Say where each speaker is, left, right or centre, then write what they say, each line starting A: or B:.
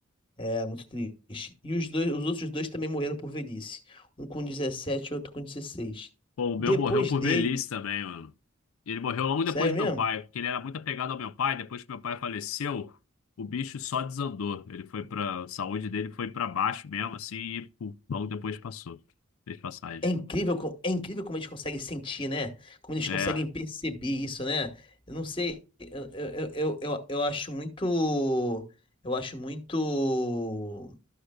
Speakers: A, on the left; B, on the left.
A: É muito triste. E os dois, os outros dois também morreram por velhice. Um com 17, e outro com 16.
B: Pô, o
A: Depois
B: meu morreu por
A: dele,
B: velhice também, mano. E Ele morreu logo
A: sério
B: depois do
A: mesmo?
B: meu pai, porque ele era muito apegado ao meu pai. Depois que meu pai faleceu, o bicho só desandou. Ele foi pra. A saúde dele foi pra baixo mesmo, assim, e pô, logo depois passou. Fez passagem.
A: É incrível, co- é incrível como eles conseguem sentir, né? Como eles
B: É,
A: conseguem perceber isso, né? Eu não sei, eu, eu, eu, eu, eu acho muito. Eu acho muito.